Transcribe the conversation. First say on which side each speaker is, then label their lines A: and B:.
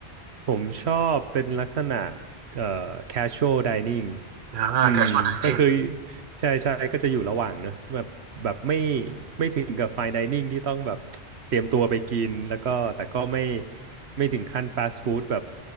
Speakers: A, on the right; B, on the right.
A: ผมชอบเป็นลักษณะเอ่อ casual dining
B: อ่าแคชชวลไดนิ่ง
A: อืม ก็คือใช่ใช่ก็จะอยู่ระหว่างเนอะแบบแบบไม่ไม่ถึงกับ fine dining ที่ต้องแบบเตรียมตัวไปกินแล้วก็แต่ก็ไม่ไม่ถึงขั้น fast food แบบ